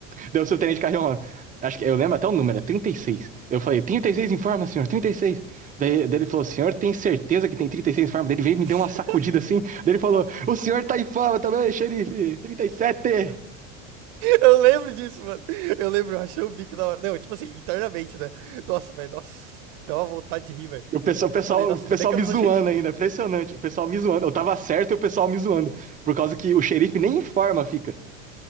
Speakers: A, on the right (about 20°); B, on the right (about 60°).
A: Deu o subtenente Carrion. Acho que eu lembro até o número, é trinta e seis Eu falei, 36 em forma, senhor, 36. Daí, daí ele falou, senhor, tem certeza que tem 36 em forma? Daí ele veio e me
B: <laughs>
A: deu uma sacudida assim. Daí ele falou, o senhor tá em forma também, xerife, trinta E sete
B: Eu lembro disso, mano. Eu lembro, eu achei o bico da hora. Não, tipo assim, internamente, né? Nossa, velho, nossa. Dá uma vontade de rir, velho.
A: E O pessoal, o pessoal,
B: Falei, nossa,
A: o pessoal
B: ainda bem que
A: me
B: eu não
A: zoando
B: sou xerife, mano.
A: ainda, impressionante. O pessoal me zoando. Eu tava certo e o pessoal me zoando. Por causa que o xerife nem em forma fica.